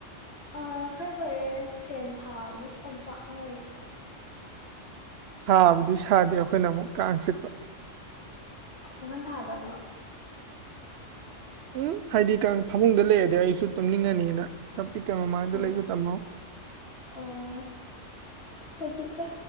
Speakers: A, on the left; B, on the right.
A: ꯑ ꯈꯔ ꯐꯔꯦ ꯐꯦꯟ ꯊꯥꯕꯅꯤꯁ ꯑꯣꯝꯆꯥꯛꯅꯩ
B: ꯁꯥꯕꯗꯤ ꯁꯥꯗꯦ ꯑꯩꯈꯣꯏꯅ ꯑꯃꯨꯛ ꯀꯥꯡ ꯆꯤꯛꯄ
A: ꯀꯥꯡꯈꯟ ꯊꯥꯗꯕ꯭ꯔꯣ
B: ꯎꯝ ꯍꯥꯏꯗꯤ ꯀꯥꯡ ꯐꯃꯨꯡꯗ ꯂꯩꯔꯗꯤ ꯑꯩꯁꯨ ꯇꯨꯝꯅꯤꯡꯉꯅꯤꯅ ꯀꯝꯄ꯭ꯌꯨꯇꯔ ꯃꯃꯥꯡꯗ
A: ꯎꯝ
B: ꯂꯩꯕ ꯇꯝꯃꯣ
A: ꯑꯣ ꯈꯣꯏ ꯆꯤꯛꯇꯦ